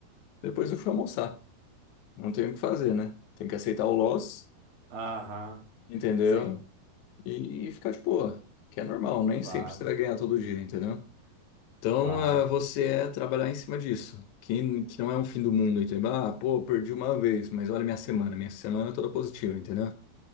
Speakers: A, on the left; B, on the right.
A: depois eu fui almoçar. Não tenho o que fazer, né? Tem que aceitar o loss,
B: Aham,
A: entendeu?
B: sim,
A: E, e ficar de boa, que é normal, nem
B: claro,
A: sempre você vai ganhar todo dia, entendeu? Então,
B: claro.
A: ah, você é trabalhar em cima disso, que, que não é um fim do mundo, entendeu? Ah, pô, perdi uma vez, mas olha minha semana, minha semana é toda positiva, entendeu?